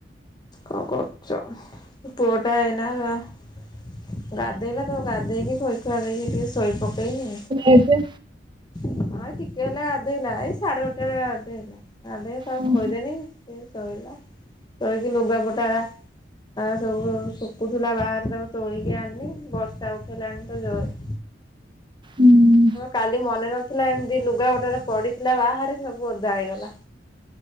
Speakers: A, on the left; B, on the right.
A: କଁ କରୁଚ ପୁଅ ଟା ଏଇନା ଗାଧେଇଲା ତ ଗାଧେଇକି ଖୋଇ ଖୁଆ ଦେଇକି ଟିକେ ସୋଇ ପକେଇନି।
B: ଏବେ
A: ହଁ ଏଇ ଟିକେ ହେଲା ଗାଧେଇଲା ଏଇ ସାଢ଼େଗୋଟେ ବେଳେ ଗାଧେଇଲା ଗାଧେଇକି ତାକୁ
B: ଆମେ
A: ଖୋଇଦେନି। ସେ ଶୋଇଲା ଶୋଇକି ଲୁଗା ପଟା ରା ତା ସବୁ ସୁକୁଥୁଲା ବାହାରେ ତାକୁ ତୋଳିକି ଆଣିନି ବର୍ଷା ଉଠେଇଲାଣି ତ ଜୋରେ।
B: ହୁଁ।
A: କାଲି ମନେ ନଥିଲା ଏମିତି ଲୁଗା ଗୋଟେ ଟେ ପଡ଼ିଥିଲା ବାହାରେ ସେ ସବୁ ଓଦା ହେଇଗଲା।